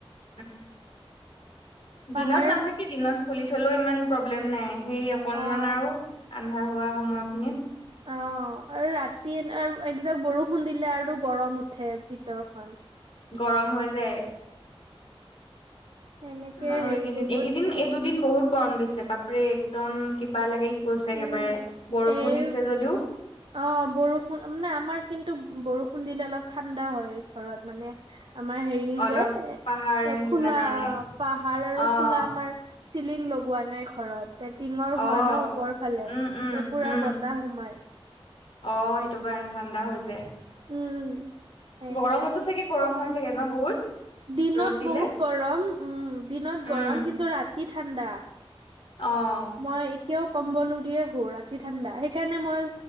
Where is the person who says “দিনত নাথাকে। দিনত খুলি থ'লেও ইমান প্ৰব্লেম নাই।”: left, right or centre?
Left